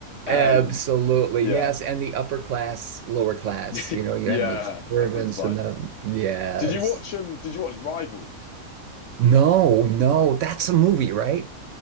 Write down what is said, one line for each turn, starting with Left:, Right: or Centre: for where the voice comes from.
Right: Absolutely,
Left: Um, yeah,
Right: yes. And the upper class, lower class,
Left: <laughs>
Right: you know, you
Left: yeah,
Right: have the servants
Left: that kind of divide.
Right: and the, yes.
Left: Did you watch um? Did you watch Rivals?
Right: No, no, that's a movie, right?